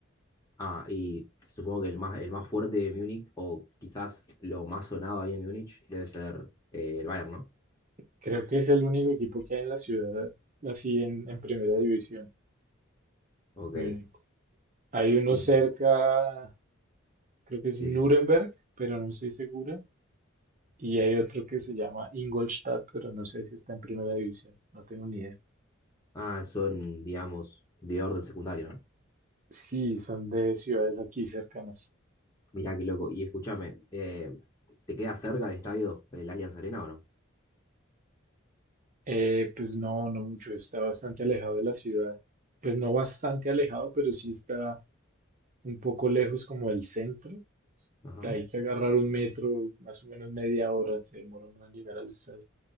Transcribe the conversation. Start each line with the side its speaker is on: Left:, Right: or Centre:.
Left: Ah, y supongo que el más, el más fuerte de Múnich, o quizás lo más sonado ahí en Múnich, debe ser eh, el Bayern, ¿no?
Right: creo que es el único equipo que hay en la ciudad, así en, en primera división,
Left: Ok.
Right: Múnich. Hay uno
Left: Y,
Right: cerca, creo que es
Left: sí,
Right: Nuremberg,
Left: sí.
Right: pero no estoy seguro. Y hay otro que se llama Ingolstadt, pero no sé si está en primera división. No tengo ni idea.
Left: Ah, son, digamos, de orden secundario, ¿no?
Right: Sí, son de ciudades aquí cercanas.
Left: Mirá qué loco. Y escúchame, eh, ¿te queda cerca el estadio, el Allianz Arena o no?
Right: Eh, pues no, no mucho, está bastante alejado de la ciudad. Pues no bastante alejado, pero sí está un poco lejos como del centro.
Left: Ajá.
Right: Hay que agarrar un metro, más o menos media hora, se demora uno en llegar al estadio.